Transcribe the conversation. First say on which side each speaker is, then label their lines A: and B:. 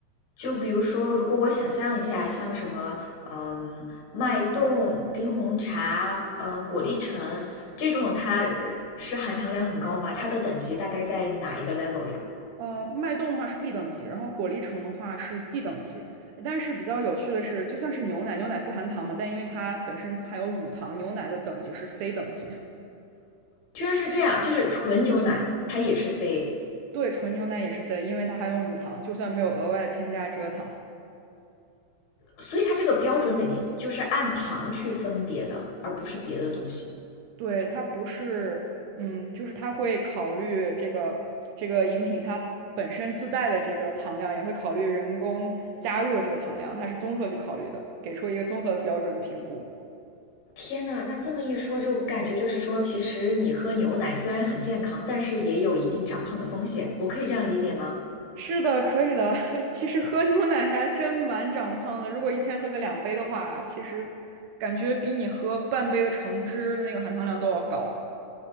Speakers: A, on the left; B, on the right.
A: 就比如说，如果我想象一下，像什么，嗯，脉动、冰红茶、呃，果粒橙这种，它呃是含糖量很高吗？它的等级大概在哪一个 level 呀？
B: 呃，脉动的话是 B 等级，然后果粒橙的话是 D 等级。但是比较有趣的是，就算是牛奶，牛奶不含糖嘛，但因为它本身含有乳糖，牛奶的等级是 C 等级。
A: 居然是这样，就是纯牛奶它也是 C，
B: 对，纯牛奶也是 C，因为它含有乳糖，就算没有额外的添加蔗糖。
A: 所以它这个标准等级就是按糖去分别的，而不是别的东西。
B: 对，它不是，嗯，就是它会考虑这个这个饮品它本身自带的这个糖量，也会考虑人工加入的这个糖量，它是综合去考虑的，给出一个综合的标准的评估。
A: 天呐，那这么一说，就感觉就是说，其实你喝牛奶虽然很健康，但是也有一定长胖的风险。我可以这样理解吗？
B: 是的，可以的。<laughs> 其实喝牛奶还真蛮长胖的，如果一天喝个两杯的话，其实感觉比你喝半杯的橙汁的那个含糖量都要高。